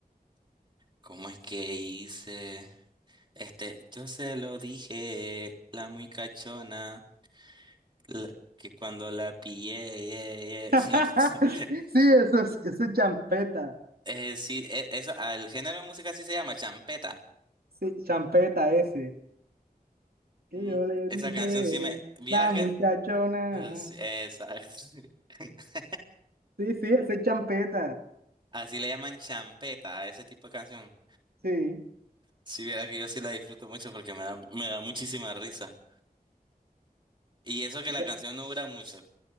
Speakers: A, on the right; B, on the right.
A: ¿cómo es que hice? Este, yo se lo dije, la muy cachona, la- que cuando la pillé, ye,
B: <laughs>
A: ye. <laughs> No. sé.
B: Sí, eso es, eso es champeta.
A: Eh, sí, e- eso, al género de música sí se llama champeta.
B: Sí, champeta ese. Que
A: Mm,
B: yo le
A: Esa
B: dije,
A: canción sí me. Vieras
B: la
A: que.
B: muchachona.
A: <laughs> Sí, Exacto. <laughs>
B: Sí, sí, ese es champeta.
A: Así le llaman champeta a ese tipo de canción.
B: Sí.
A: Si viera que yo sí la disfruto mucho porque me da, me da muchísima risa. Y eso que la
B: Ya.
A: canción no dura mucho.